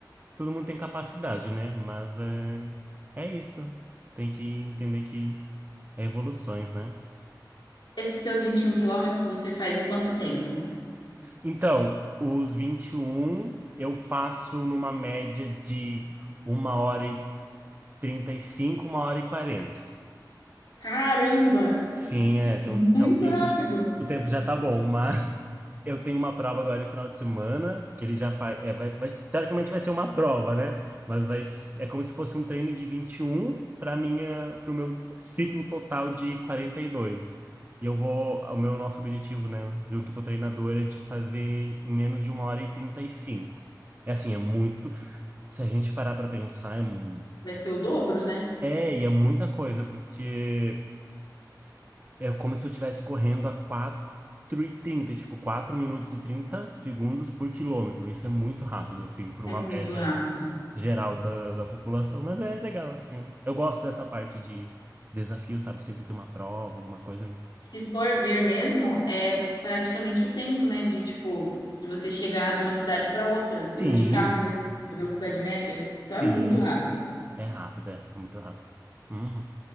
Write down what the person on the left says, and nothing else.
Esses seus 21 quilômetros você faz em quanto tempo?
Caramba,
muito
rápido.
Vai ser o dobro, né?
É
muito
rápido.
Se for ver mesmo, é praticamente o tempo, né? De tipo, de você chegar de uma cidade para outra, indo
de carro mesmo, a velocidade média. Então
é muito rápido.